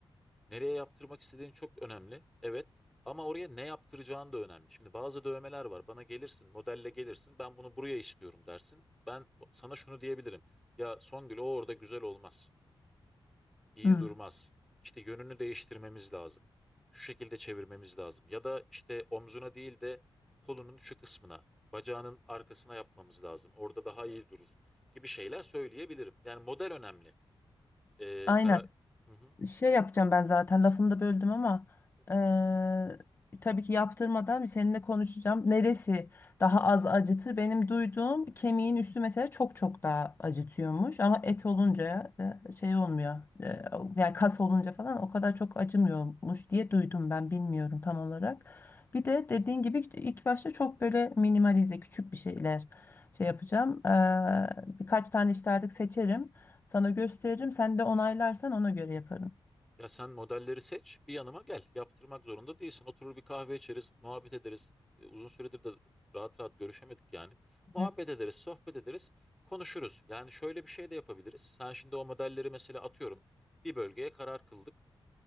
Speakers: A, in the centre; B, on the left.
A: Nereye yaptırmak istediğin çok önemli. Evet. Ama oraya ne yaptıracağın da önemli. Şimdi bazı dövmeler var. Bana gelirsin, modelle gelirsin. Ben bunu buraya istiyorum dersin. Ben sana şunu diyebilirim. Ya Songül o orada güzel olmaz. İyi
B: Hı.
A: durmaz. İşte yönünü değiştirmemiz lazım. Şu şekilde çevirmemiz lazım. Ya da işte omzuna değil de kolunun şu kısmına, bacağının arkasına yapmamız lazım. Orada daha iyi durur gibi şeyler söyleyebilirim. Yani model önemli. Ee,
B: Aynen.
A: karar... Hı hı.
B: şey yapacağım ben zaten lafını da böldüm ama
A: Yok, estağfurullah.
B: eee, tabii ki yaptırmadan bir seninle konuşacağım. Neresi daha az acıtır? Benim duyduğum kemiğin üstü mesela çok çok daha acıtıyormuş ama et olunca e, şey olmuyor. E, yani kas olunca falan o kadar çok acımıyormuş diye duydum ben bilmiyorum tam olarak. Bir de dediğin gibi ilk başta çok böyle minimalize küçük bir şeyler şey yapacağım. Eee, birkaç tane işte artık seçerim. Sana gösteririm. Sen de onaylarsan ona göre yaparım.
A: Ya sen modelleri seç, bir yanıma gel. Yaptırmak zorunda değilsin. Oturur bir kahve içeriz, muhabbet ederiz. E, uzun süredir de rahat rahat görüşemedik yani. Muhabbet
B: Evet.
A: ederiz, sohbet ederiz, konuşuruz. Yani şöyle bir şey de yapabiliriz. Sen şimdi o modelleri mesela atıyorum. Bir bölgeye karar kıldık.